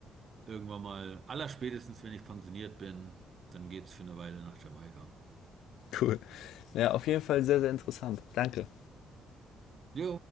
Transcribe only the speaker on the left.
cool. Ja, auf jeden Fall sehr, sehr interessant. Danke.